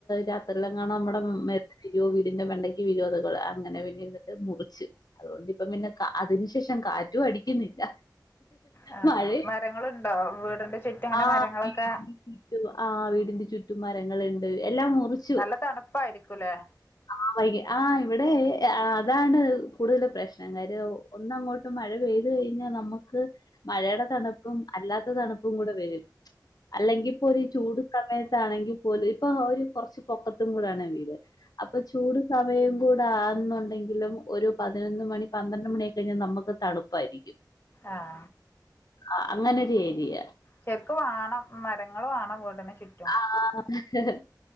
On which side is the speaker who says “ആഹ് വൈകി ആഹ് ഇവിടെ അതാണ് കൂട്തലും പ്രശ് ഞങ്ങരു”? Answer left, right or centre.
Left